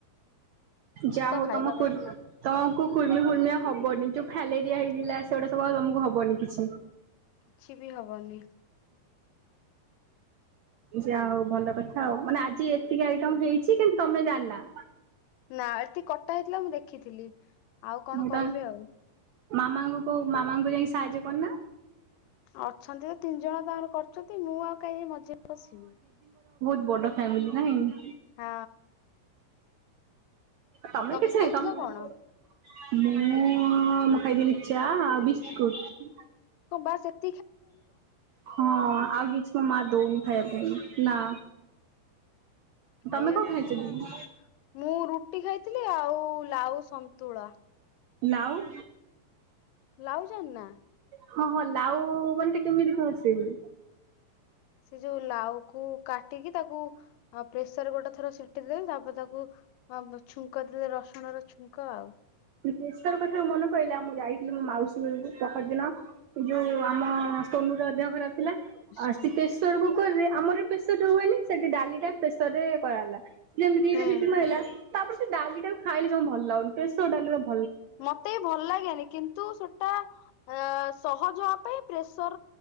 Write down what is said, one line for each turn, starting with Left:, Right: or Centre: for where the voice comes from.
Right: ଯାହା
Left: ପିତା
Right: ହଉ
Left: ଖାଇବା
Right: ତମ କୁ
Left: କଥା।
Right: ତମକୁ କୁର୍ମି ଫୁର୍ମି ଆଉ ହବନି ଯୋଉ ଫାଇଲେରିଆ
Left: କି
Right: ହେଇଥିଲା ସେଗୁଡ଼ା ସବୁ ଆଉ ତମକୁ ହବ ହବନି କିଛି।
Left: କିଛି ବି ହବନି।
Right: ଯା ହଉ ଭଲ କଥା ଆଉ ମାନେ ଆଜି ଏତିକି ଆଇଟମ ହେଇଛି କିନ୍ତୁ ତମେ ଜାଣିନା।
Left: ନାଁ ଏତିକି କଟା ହେଇଥିଲା ମୁଁ ଦେଖିଥିଲି। ଆଉ କଣ
Right: ମୁଁ
Left: କରିବେ
Right: ତ
Left: ଆଉ।
Right: ମାମାଙ୍କୁ କୋଉ ମାମାଙ୍କୁ ଯାଇକି ସାହାଯ୍ୟ କରୁନା।
Left: ଅଛନ୍ତି ତ ତିନି ଜଣ ତାଙ୍କର କରିଚନ୍ତି ମୁଁ ଆଉ କାଇଁ ଯାଇ ମଝିରେ ପଶିବି।
Right: ବଡ଼ ଫ୍ୟାମିଲି ନାହିଁ।
Left: ହଁ।
Right: ତମେ
Left: ଆଉ
Right: କିଛି
Left: ଖାଇଥିଲ
Right: ନାଇଁ ତମେ ମୁଁ
Left: କଣ?
Right: ଉଁ ମୁଁ ଖାଇଥିଲି ଚା ଆଉ ବିସ୍କୁଟ।
Left: କ ବାସ ଏ
Right: ହଁ ଆଉ କିଛି ମୋ ମା ଦଉନି ଖାଇବା ପାଇଁ। ନା। ତମେ
Left: ଖାଇବା
Right: କଣ
Left: କଥା
Right: ଖାଇଛ
Left: ନା
Right: ଦିଦି?
Left: ଆଉ। ମୁଁ ରୁଟି ଖାଇଥିଲି ଆଉ ଲାଉ ସନ୍ତୁଳା।
Right: ଲାଉ
Left: ଲାଉ ଜାଣିନା?
Right: ହଁ ହଲା ଲାଉ ମାନେ ଟିକେ କେମିତି କଣ ସିଏ?
Left: ସେ ଯୋଉ ଲାଉକୁ କାଟିକି ତାକୁ ପ୍ରେସର ଗୋଟେ ଥର ସିଟି ଦେଲେ ତାପରେ ତାକୁ ଛୁଙ୍କ ଦେଲେ ରସୁଣର ଛୁଙ୍କ ଆଉ।
Right: ପୁଣି ପ୍ରେସର ମାନ ଥରେ ମନେ ପଇଲା ମୁଁ ଯାଇଥିଲି ମୋ ମାଉସୀ ଘରକୁ ପହର ଦିନ ଯୋଉ ଆମ ସୋନୁର ଦେହ ଖରାପ ଥିଲା ଆଉ
Left: ହୁଁ
Right: ସେ ପ୍ରେସର କୁକରରେ ଆମର ପ୍ରେସରରେ ହୁଏନି। ସେଠି ଡାଲିଟା ପ୍ରେସରରେ କରାହେଲା ସେ ଯେମିତି
Left: ହୁଁ।
Right: ଦିଟା ସିଟି ମାଇଲା ତାପରେ ସେ ଡାଲି ଟାକୁ ଖାଇଲେ ଜମ ଭଲ ଲାଗୁନି। ଟେଷ୍ଟ <unintelligible>
Left: ମତେ ବି ଭଲ ଲାଗେନି କିନ୍ତୁ ସେଟା ଅ ସହଜ ହେବା ପାଇଁ ପ୍ରେସର